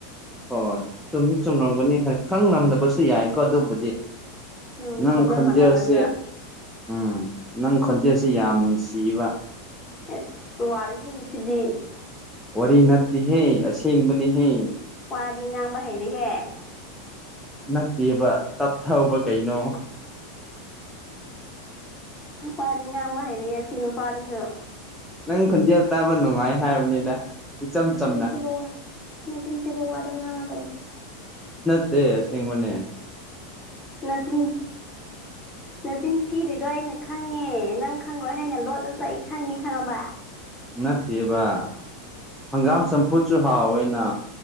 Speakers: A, in the centre; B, on the left.
A: ꯍꯣꯏ ꯆꯨꯝꯗꯤ ꯆꯨꯝꯔꯝꯒꯅꯤ ꯍꯣꯏ ꯈꯪ ꯉꯝꯗꯕꯁꯨ ꯌꯥꯏꯀꯣ ꯑꯗꯨꯕꯨꯗꯤ
B: ꯑꯣ
A: ꯅꯪ
B: ꯈꯣꯟꯖꯦꯜ
A: ꯈꯟꯗꯦꯁꯦ
B: ꯃꯥꯟꯅꯕꯒꯤꯔ
A: ꯎꯝ ꯅꯪ ꯈꯗꯤꯦꯁꯦ ꯁ ꯌꯥꯝ ꯅꯨꯡꯁꯤꯕ
B: ꯑꯦ ꯇ ꯋꯥꯔꯤ ꯁꯤꯗꯤ
A: ꯋꯥꯔꯤ ꯅꯠꯇꯦꯍꯦ ꯑꯁꯦꯡꯕꯅꯤꯍꯦ
B: ꯃꯥꯗꯤ ꯉꯥꯡꯕ ꯍꯩꯔꯍꯦ
A: ꯅꯠꯇꯦꯕ ꯇꯞꯊꯧꯕ ꯀꯩꯅꯣ
B: ꯄꯥꯗꯤ ꯉꯥꯡꯕ ꯍꯩꯔꯛꯑꯦ ꯁꯤ ꯅꯨꯄꯥꯗꯨꯁꯨ
A: ꯅꯪ ꯈꯟꯖꯦꯜ ꯇꯥꯕ ꯅꯨꯡꯉꯥꯏ ꯍꯥꯏꯕꯅꯤꯗ ꯏꯆꯝ
B: ꯎꯝ
A: ꯆꯝꯅ
B: ꯇꯁꯤ ꯀꯧꯋꯥ ꯅ ꯇꯁꯤ ꯀꯧꯋꯥꯗ ꯉꯒꯅꯣ
A: ꯁꯦꯡ ꯑꯥꯁꯦꯡꯕꯅꯦ
B: ꯅꯆꯤꯟ ꯅꯆꯤꯟ ꯊꯤꯔꯤꯗꯣ ꯑꯩꯅ ꯈꯪꯉꯦ ꯑꯦ ꯅꯪ ꯈꯪꯉ꯭ꯔꯣꯏ ꯍꯥꯏꯅ ꯂꯣꯠꯂꯁꯨ ꯑꯩ ꯈꯪꯉꯤ ꯈꯪꯉꯕ
A: ꯅꯠꯇꯦꯕ ꯍꯪꯒꯥꯝ ꯆꯝꯐꯨꯠꯁꯨ ꯍꯥꯎꯋꯦꯅ